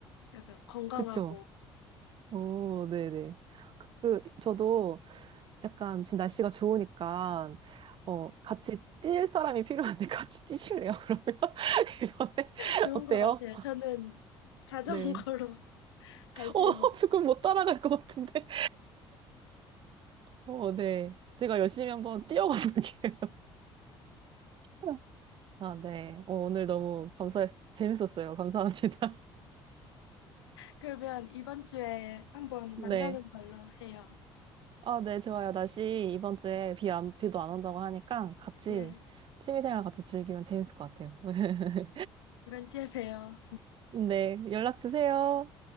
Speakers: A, on the left; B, on the right.
A: 약간 건강하고
B: 그쵸. 오, 네네. 그, 저도 약간 지금 날씨가 좋으니까 어 같이 뛸 사람이 필요한데 <laughs> 같이 뛰실래요? 그러면 <laughs> 이번에 <laughs>
A: 좋은
B: 어때요?
A: 것 같아요. 저는 자전거로
B: 네.
A: <laughs> 갈
B: 어
A: 테니.
B: <laughs> 조금 못 따라갈 것 같은데. 어 네. 제가 열심히 한번 뛰어가 볼게요. <laughs> 아 네. 어, 오늘 너무 감사했 재밌었어요. 감사합니다.
A: 그러면 이번 주에 한번
B: <laughs>
A: 만나는
B: 네.
A: 걸로 해요.
B: 아 네 좋아요. 날씨 이번 주에 비 안, 비도 안 온다고 하니까 같이
A: 네.
B: 취미생활 같이 즐기면 재밌을 것 같아요. <laughs>
A: 이번 주에 봬요.
B: 네 연락 주세요.